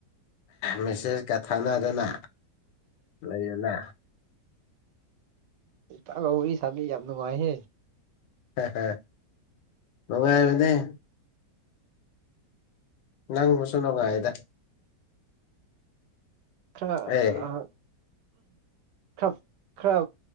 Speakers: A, on the left; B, on the right.
A: ꯃꯦꯁꯦꯖꯀ ꯊꯥꯅꯗꯅ ꯂꯩꯌꯦꯅ
B: ꯏꯇꯥꯎꯒ ꯌꯥꯔꯤ ꯁꯥꯕ ꯌꯥꯝ ꯅꯨꯡꯉꯥꯏ ꯍꯦ
A: ꯍꯥ ꯍꯥ ꯅꯨꯡꯉꯥꯏꯕꯅ‌ꯦ ꯅꯪꯕꯨꯨꯁꯨ ꯅꯣꯡꯉꯥꯏꯗ
B: ꯈꯔ
A: ꯑꯦ
B: ꯑ ꯈꯔ ꯈꯔ